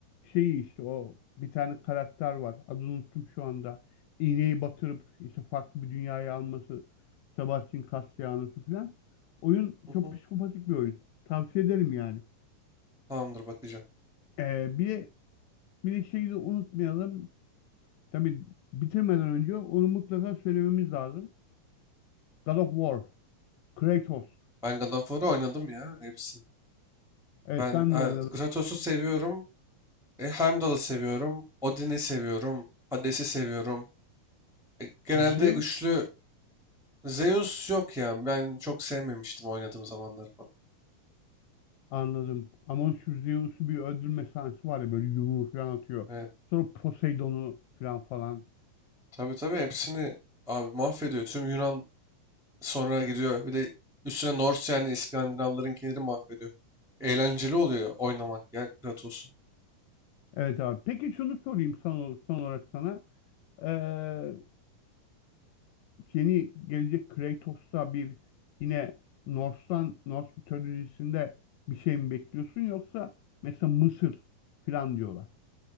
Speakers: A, on the left (about 80°); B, in the centre.
A: şeyi işte o bir tane karakter var. Adını unuttum şu anda. İğneyi batırıp işte farklı bir dünyaya alması Sebastian Castellanos'u falan. Oyun
B: Hı
A: çok
B: hı.
A: psikopatik bir oyun. Tavsiye ederim yani.
B: Tamamdır bakacağım.
A: Ee, bir de, bir de şeyi de unutmayalım. Tabii bitirmeden önce onu mutlaka söylememiz lazım. God of War. Kratos.
B: Ben God of War'ı oynadım ya hepsini.
A: Evet
B: Ben
A: ben
B: e,
A: de oynadım.
B: Kratos'u seviyorum. E, Heimdall'ı seviyorum. Odin'i seviyorum. Hades'i seviyorum. E, Genelde
A: Zeus
B: güçlü Zeus yok ya. Ben çok sevmemiştim oynadığım zamanlar falan.
A: anladım. Ama şu Zeus'u bir öldürme sahnesi var ya böyle yumruğu falan atıyor.
B: Evet.
A: Sonra Poseidon'u falan falan.
B: Tabii tabii hepsini abi mahvediyor. Tüm Yunan sonra gidiyor. Bir de üstüne Norse yani İskandinavların kendini mahvediyor. Eğlenceli oluyor oynamak ya Kratos'u.
A: Evet abi. Peki şunu sorayım son, son olarak sana. Ee, yeni gelecek Kratos'ta bir yine Norse'tan, Norse mitolojisinde bir şey mi bekliyorsun yoksa mesela Mısır falan diyorlar.